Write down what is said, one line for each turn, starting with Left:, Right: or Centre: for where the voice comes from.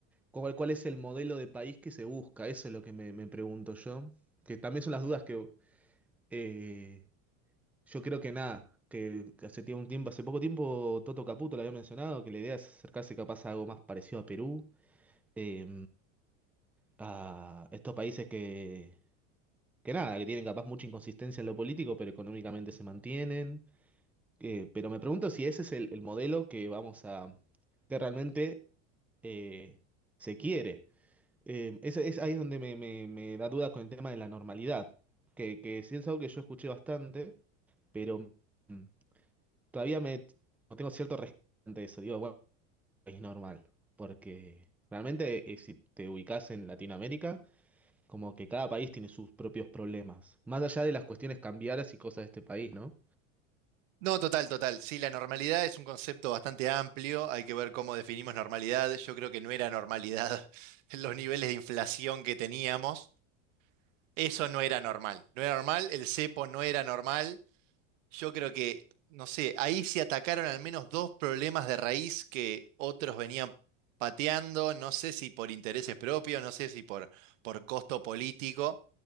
Centre: ¿cuál, cuál es el modelo de país que se busca? Eso es lo que me, me pregunto yo, que también son las dudas que eh, yo creo que nada, que que hace tiempo, un tiempo, hace poco tiempo Toto Caputo lo había mencionado, que la idea es acercarse capaz a algo más parecido a Perú, eh, a estos países que, que nada, que tienen capaz mucha inconsistencia en lo político, pero económicamente se mantienen. Eh, pero me pregunto si ese es el, el modelo que vamos a, que realmente eh, se quiere. Eh, es, es ahí es donde me, me- me da duda con el tema de la normalidad, que, que sí es algo que yo escuché bastante, pero... mm, todavía me no tengo cierto respeto ante eso. Digo, bueno, es normal, porque realmente eh, si te ubicas en Latinoamérica, como que cada país tiene sus propios problemas, más allá de las cuestiones cambiarias y cosas de este país, ¿no?
Right: No, total, total. Sí, la normalidad es un concepto bastante amplio, hay que ver cómo definimos normalidad. Yo creo que no era normalidad <laughs> los niveles de inflación que teníamos. Eso no era normal. No era normal, el cepo no era normal. Yo creo que, no sé, ahí se atacaron al menos dos problemas de raíz que otros venían pateando, no sé si por intereses propios, no sé si por, por costo político,